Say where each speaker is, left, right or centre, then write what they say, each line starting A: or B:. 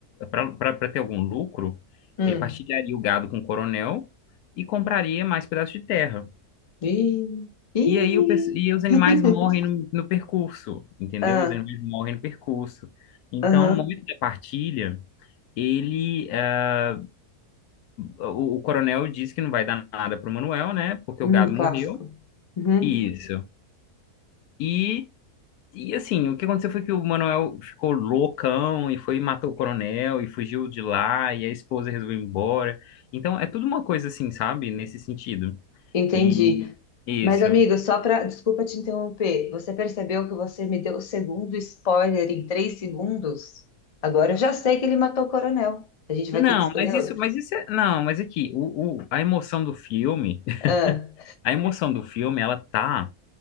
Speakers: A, on the left; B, on the left.
A: para ter algum lucro,
B: Hum.
A: ele partilharia o gado com o coronel e compraria mais pedaços de terra.
B: Ih. Ih.
A: E aí o, pes- e os animais
B: <laughs>
A: morrem no, no percurso, entendeu?
B: Ah,
A: Os animais morrem no percurso. Então,
B: aham.
A: no momento da partilha, ele, eh, o, o coronel diz que não vai dar nada pro Manuel, né? Porque
B: Hum,
A: o gado
B: clássico.
A: morreu.
B: Uhum.
A: Isso. E, e assim, o que aconteceu foi que o Manuel ficou loucão e foi e matou o coronel e fugiu de lá e a esposa resolveu ir embora. Então, é tudo uma coisa assim, sabe? Nesse sentido.
B: Entendi.
A: E isso.
B: Mas, amigo, só para. Desculpa te interromper. Você percebeu que você me deu o segundo spoiler em três segundos? Agora eu já sei que ele matou o coronel. A gente vai
A: Não,
B: ter que escolher
A: mas isso,
B: outro.
A: mas isso é, não, mas aqui, o, o- a emoção do filme, <laughs>
B: Ah.
A: a emoção do filme, ela tá